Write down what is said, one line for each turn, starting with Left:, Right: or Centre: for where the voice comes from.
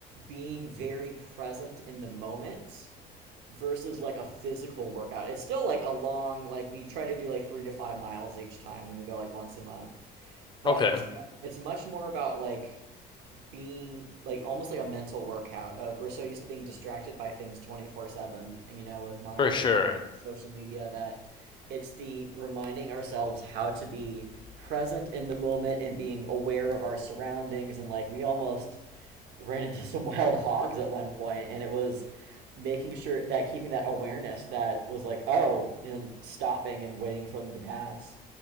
Right: being very present in the moment versus like a physical workout. It's still like a long like we try to do like 3 to 5 miles each time and we go like once a month. But
Left: Okay,
Right: it's it's much more about like being like almost like a mental workout of we're so used to being distracted by things 24/7, you know, with modern
Left: for
Right: technology,
Left: sure.
Right: and social media that it's the reminding ourselves how to be present in the moment and being aware of our surroundings and like we almost ran into <laughs> some wild hogs at one point and it was making sure that keeping that awareness that was like oh and stopping and waiting for them to pass